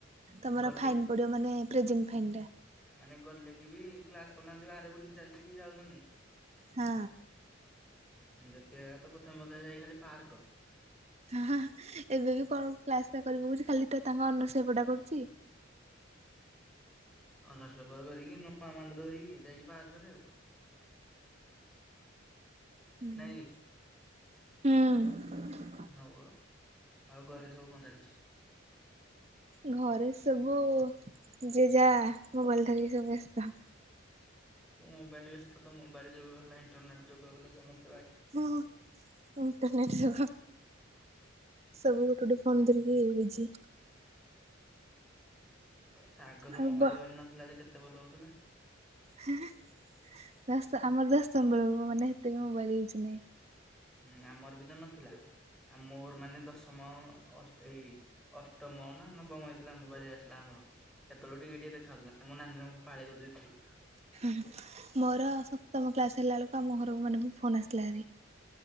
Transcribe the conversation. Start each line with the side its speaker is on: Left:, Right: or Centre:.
Right: ତମର
Centre: ଗଲେ
Right: ଫାଇନ୍ ପଡିବ ମାନେ ପ୍ରେଜେଣ୍ଟ ଫାଇନ ଟା।
Centre: ମାନେ ଗଲେ କି ବି କ୍ଲାସ କରୁନାହାନ୍ତି ବାହାରେ ବୁଲି ଚାଲିିକି ଯାଉଚନ୍ତି।
Right: ହଁ।
Centre: ଯେତେବେଳେ ତ ପଥମେ ପଥମେ ଯାଇ ଖାଲି ପାର୍କ।
Right: ହଆଁ ହାଆଁ ଏବେ ବି କଣ କ୍ଲାସ ଟା କରି ପକଉଛି ଖାଲି ତ ତାଙ୍କ ଅନରସ୍ ପେପର୍ ଟା କରୁଛି।
Centre: ଅନରସ୍ ପେପର୍ ଧରିକି ନୂଆ ମାଣ୍ଡୁ ଧରିକି ଯାଇକି ପାର୍କ ରେ ଆଉ।
Right: ଉଁ
Centre: ନାଇଁ କି
Right: ହୁଁ।
Centre: ହଉ ଆଉ ଆଉ ଘରେ ସବୁ କଣ ଚାଲିଛି?
Right: ଘରେ ସବୁ ଯିଏ ଯା ମୋବାଇଲ ଧରିକି ସବୁ ବେସ୍ତ।
Centre: ମୋବାଇଲ ବ୍ୟସ୍ତ ତ ମୋବାଇଲ୍ ଯୁଗ ହେଲା ଇଣ୍ଟରନେଟ ଯୁଗ ଗଲା ସମସ୍ତ
Right: ହଁ <unintelligible> ଇଣ୍ଟରନେଟ ଯୁଗ ସବୁ ଗୋଟେ ଗୋଟେ ଫୋନ ଧରିକି ଵିଜି।
Centre: ସେ ଆଗରୁ
Right: ଆଉ
Centre: ମୋବାଇ
Right: ବ
Centre: ଫୋବାଇଲି ନଥିଲା ଯେ କେତେ ଭଲ ହଉଥିଲା।
Right: ହାଆଁ ହାଆଁ ଦଶ ଆମର ଦଶମ ବେଳକୁ ମାନେ ହେତେ ବି ମୋବାଇଲ ୟୁଜୁ ନାହିଁ।
Centre: ହୁଁ ଆମର ବି ତ ନଥିଲା ଆ ମୋର ମାନେ ଦଶମ ଅଷ୍ଟ ଏଇ, ଅଷ୍ଟମ ନା ନବମ ହେଇଥିଲା ମୋବାଇଲି ଆସିଲା ଆମର। ହେତେବେଳେକୁ ଟିକେ ଟିକେ ଦେଖାହଉଥିଲା ମୋ ନାନୀର ମୋର ପାଳି କରିଦେଇଥିଲୁ।
Right: ହୁଁ ହୁଁ ମୋର ସପ୍ତମ କ୍ଲାସ ହେଲା ବେଳକୁ ଆମ ଘରକୁ ମାନ ଫୋନ ଆସିଲାହେରି।